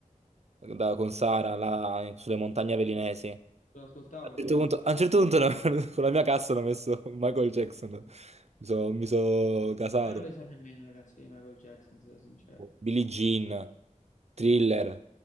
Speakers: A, on the right; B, on the left.
A: da- con Sara là, in- sulle montagne velinesi, a
B: Lo ascoltavano?
A: un certo punto, a un certo punto <laughs> no, con la mia cassa hanno messo Michael Jackson. Mi sono mi so casato.
B: Ma io non le so nemmeno le canzoni di Michael Jackson, se sono sincero.
A: Billie Jean, Thriller,